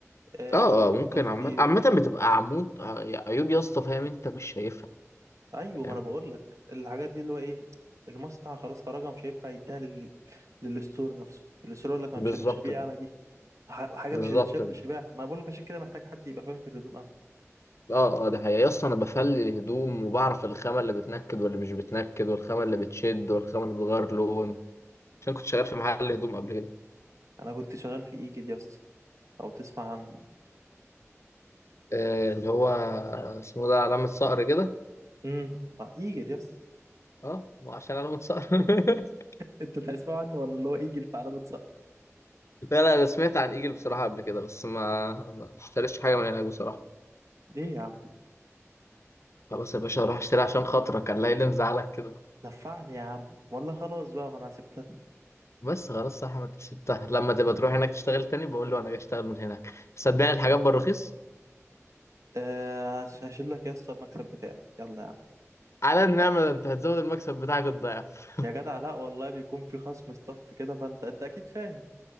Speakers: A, on the right (about 75°); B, on the left (about 60°).
A: آه
B: اه
A: بواقي
B: اه ممكن
A: تصدير
B: عامة عامة بتبقى عمود آه، عيوب يا اسطى فاهم انت مش شايفها
A: أيوة
B: فاهم
A: ما أنا بقول لك الحاجات دي اللي هو إيه المصنع خلاص خرجها مش هينفع يديها لل... للستور نفسه الستور يقول لك ما
B: بالظبط
A: مش مش هبيع
B: كده
A: أنا دي ح- حاجة
B: بالظبط
A: مش هتتشاف
B: كده
A: مش هبيعها ما بقول لك عشان كده محتاج حد يبقى فاهم في الهدوم أوي
B: اه اه ده حقيقي يا اسطى انا بفلي الهدوم وبعرف الخامة اللي بتنكد واللي مش بتنكد والخامة اللي بتشد والخامة اللي بتغير لون عشان كنت شغال في محل هدوم قبل كده
A: أنا كنت شغال في إيجل يس أو تسمع عنه
B: آه، اللي هو اسمه ده علامة صقر كده
A: امم إيجل يس
B: اه وعشان علامة صقر <laughs>
A: انت تسمع عنه ولا اللي هو ايجل في علامة
B: لا لا انا سمعت عن ايجل بصراحة قبل كده بس ما ما اشتريتش حاجة من هناك بصراحة
A: ليه يا عم
B: خلاص يا باشا اروح اشتري عشان خاطرك كان لا اللي مزعلك كده
A: نفعني يا عم والله خلاص بقى ما انا سبتها
B: بس خلاص يا احمد سبتها لما تبقى تروح هناك تشتغل تاني بقول له انا جاي اشتغل من هناك صدقني الحاجات بالرخيص
A: أه هش- هشيل لك يا اسطى المكسب بتاعي يلا يا عم
B: على النعمة ده انت هتزود المكسب بتاعك الضعف
A: يا جدع لا والله بيكون في خصم ستاف كده فانت انت اكيد فاهم